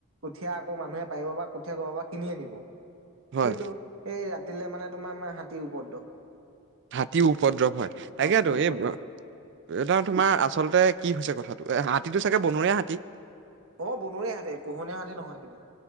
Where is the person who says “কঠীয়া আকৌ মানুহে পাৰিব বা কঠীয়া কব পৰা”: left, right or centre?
Right